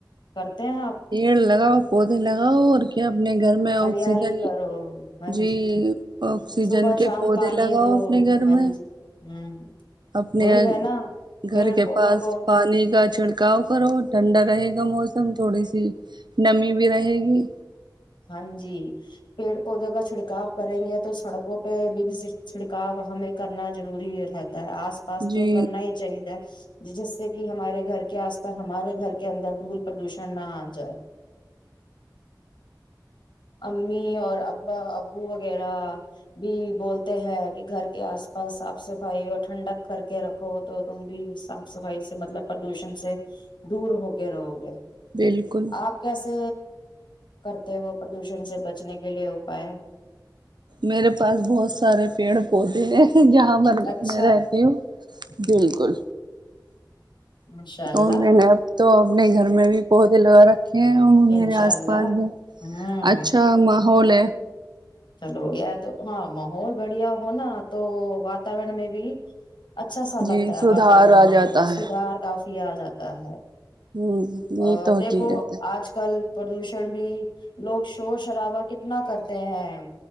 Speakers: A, on the left; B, on the right.
A: کرتے ہیں آپ
B: پیڑ لگاؤ پودے لگاؤ اور کیا اپنے گھر میں آکسیجن
A: ہریالی کرو ہاں
B: جی آکسیجن
A: صبح
B: کے
A: شام
B: پودے
A: پانی
B: لگاؤ
A: دو
B: اپنے گھر
A: ہاں
B: میں
A: جی ہوں
B: اپنے
A: وہی ہے نا
B: گھر
A: پیڑ
B: کے
A: پودوں
B: پاس
A: کو
B: پانی کا چڑک تھکاؤ کرو ٹھنڈا رہے گا موسم تھوڑی سی نمی بھی رہے گی
A: ہاں جی پیڑ پودوں کا چھڑکاو کریں گے تو سڑکوں پہ بھی بھی چھڑکاؤ ہمیں کرنا ضروری رہتا آس پاس تو
B: جی
A: کرنا ہی چاہید ہے ج جس سے کہ ہمارے گھر کے آس پاس ہمارے گھر کے اندر دھول پردوشن نہ آ جائے امی اور ابا ابو وغیرہ بھی بولتے ہیں کہ گھر کے آس پاس صاف صفائی اور ٹھنڈک کر کے رکھو تو تم بھی صاف صفائی سے مطلب پردوشن سے دور ہو کے رہو گے
B: بالکل
A: آپ کیسے کرتے ہو پردوشن سے بچنے کے لیے اپائے
B: میرے پاس بہت سارے پیڑ پودے ہیں جہاں م
A: اچھا
B: میں رہتی ہوں بالکل
A: ماشاء اللہ
B: اور میں نے اب تو اپنے گھر میں بھی پودے لگا رکھ میرے
A: انشاء
B: آس
A: اللہ
B: پاس بھی
A: ہوں
B: اچھا ہوول
A: چلو یار تو ہاں ماہحول بڑھیا ہو نا تو واتورن میں بھی اچھا سا
B: جی
A: لگتا ہے
B: سدھار
A: واتورن
B: آ جاتا
A: میں
B: ہے
A: سدار کافی کیا جاتا ہے
B: ہ یہ
A: ا
B: تو حقیقت
A: دیکھو
B: ہے
A: آج کل پردوشن بھی لوگ شور شرابا کتنا کرتے ہیں